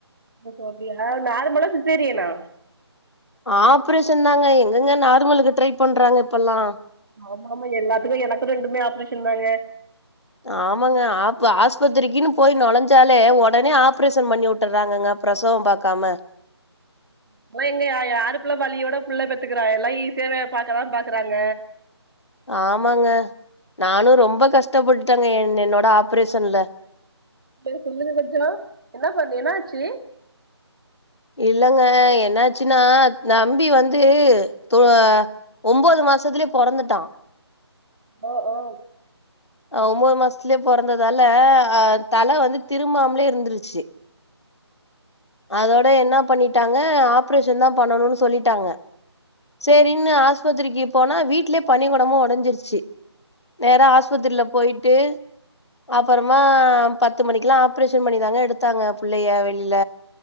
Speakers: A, on the right; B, on the left.
A: ஒஹோ அப்படியா நார்மலா சிசேரியனா
B: ஆப்ரேஷன்தாங்க எங்கெங்க நார்மலுக்கு ட்ரை பண்றாங்க இப்பல்லா
A: ஆமா ஆமா எல்லாத்துக்கு எனக்கு ரெண்டுமே ஆப்ரேஷன் தாங்க
B: ஆமாங்க ஆப்பு ஆஸ்பத்திரிக்கின்னு போயி நொழைஞ்சாலே ஒடனே ஆப்ரேஷன் பண்ணி வுட்டறாங்கங்க பிரசவம் பாக்காம
A: இப்பல்லா எங்க யா யாரு புள்ள வலியோட புள்ள பெத்துக்கிறா எல்லா ஈசியாவே பாக்கதா பாக்குறாங்க
B: ஆமாங்க நானு ரொம்ப கஷ்டப்பட்டுட்டங்க என் என்னோட ஆப்ரேஷன்ல
A: சேரி சொல்லுங்க கொஞ்சோ என்ன பண்ணு என்னாச்சு
B: இல்லங்க என்னாச்சுனா தம்பி வந்து தோ அ ஒம்போது மாசத்துலே பொறந்துட்டா
A: ஓ ஓ
B: அ ஒம்போது மாசத்துலே பொறந்ததால அ தல வந்து திரும்பாமலே இருந்துருச்சி அதோட என்னா பண்ணிட்டாங்க ஆப்ரேஷன்தா பண்ணணுனு சொல்லிட்டாங்க சேரின்னு ஆஸ்பத்திரிக்கு போனா வீட்லே பனிக்கொடமு ஒடஞ்சிருச்சு நேரா
A: ஆ
B: ஆஸ்பத்திரில போயிட்டு அப்பறமா பத்து மணிக்கெல்லா ஆப்ரேஷன் பண்ணிதாங்க எடுத்தாங்க புள்ளய வெளில